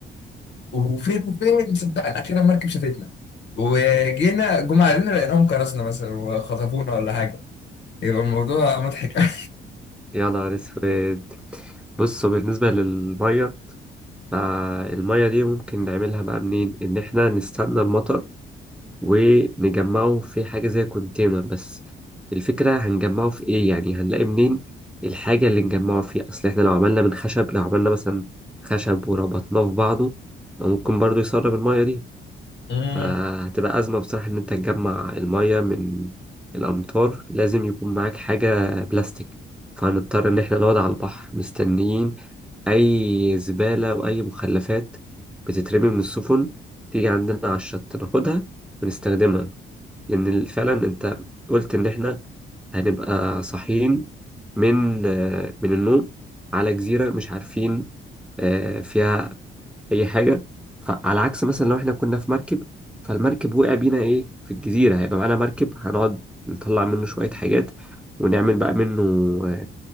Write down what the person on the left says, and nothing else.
وفين وفين صدقنا اخيرا مركب شافتنا وجينا جم علينا لقيناهم كرسنا مثلا وخطفونا ولا حاجه يبقى الموضوع مضحك قوي
مم.